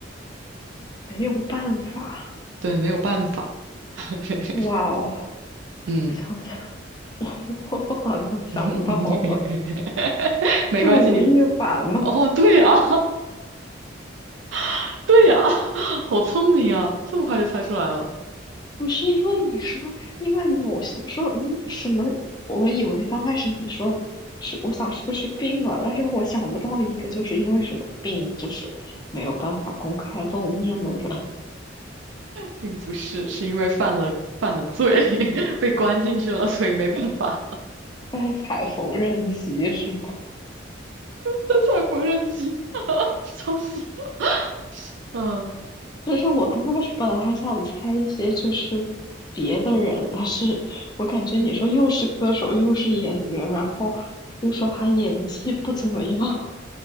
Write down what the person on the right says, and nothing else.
对，没有办法。<laughs>
嗯，
<laughs> 没关系，
你哦，对呀、<laughs> 对呀、<laughs> 好聪明啊，这么快就猜出来了，
并不是，是因为犯了犯了罪，<laughs> 被关进去了，所以没办法。
在踩缝纫机，笑死了。嗯，